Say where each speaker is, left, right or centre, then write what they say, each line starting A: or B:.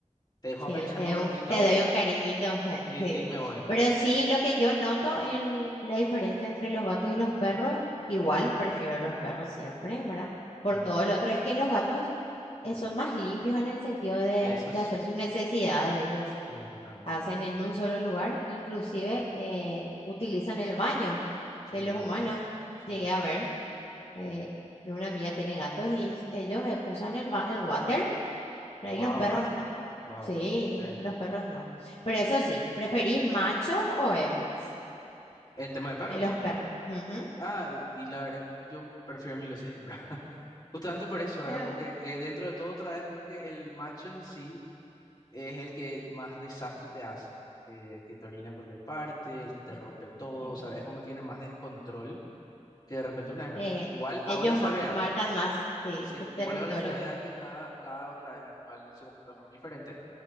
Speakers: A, on the left (about 35°); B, on the left (about 55°).
A: te dejo acariciarme
B: sí, te
A: un
B: doy
A: ratito
B: un, te doy
A: y,
B: un cariñito, <laughs> eh,
A: y,
B: sí.
A: y me voy, ¿verdad?
B: Pero sí, lo que yo noto, el, la diferencia entre los gatos y los perros, igual prefiero los perros siempre, ¿verdad? Por
A: Ujú.
B: todo lo otro, es que los gatos eh, son más limpios en el sentido de,
A: Eso sí,
B: de hacer sus necesidades ellos.
A: sí, totalmente.
B: hacen en un solo lugar, inclusive eh, utilizan el baño
A: Sí,
B: de los
A: a
B: humanos.
A: veces, sí.
B: Llegué a ver, eh, de una amiga tiene gatos y ellos eh, usan el, ba- el water, pero
A: Wow,
B: ahí los perros no.
A: wow,
B: Sí,
A: sí.
B: lo- los perros no. Pero eso sí, ¿preferís machos o hembras
A: En tema de perros.
B: en los perros? Ujú.
A: Ah, y la verdad que yo prefiero mil veces hembra. <laughs> Justamente por eso, ¿verdad?
B: Ya.
A: Porque eh, dentro de todo, otra vez creo que el macho en sí. es el que más desastre te hace, eh, el que te orina en cualquier parte, el que te
B: Pues,
A: rompe todo,
B: Eh,
A: o sea, es como tiene más descontrol que de repente una hembra.
B: eh,
A: Igual hago
B: ellos
A: la salvedad,
B: ma- marcan
A: de-
B: más sí,
A: sí,
B: su territorio.
A: igual hago la salvedad que cada, cada otra vez animal se comporta de forma diferente,